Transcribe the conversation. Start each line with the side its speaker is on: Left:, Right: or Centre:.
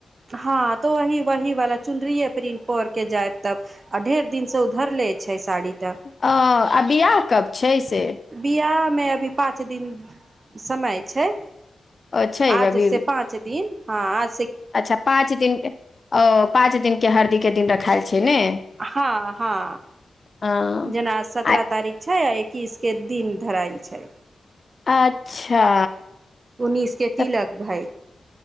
Right: हाँ तो वही, वही वाला चुनरिये प्रिंट पर के जाएब। तब अ ढेर दिन से उ धरले छै साड़ी। तऽ
Left: आ आ बियाह कब छै। से
Right: बियाह मे अभी पाँच दिन - समय छै।
Left: अ छै
Right: आज
Left: अभी
Right: से पाँच दिन हाँ।
Left: अच्छा पाँच दिन के ओ पाँच दिन के हरदी के दिन रखायल छै ने
Right: हां हां,
Left: अ
Right: जेना सतरह
Left: आ
Right: तारख छै। किसके दिन धरायल छै।
Left: अच्छा।
Right: उन्नीस के तिलक
Left: त
Right: भय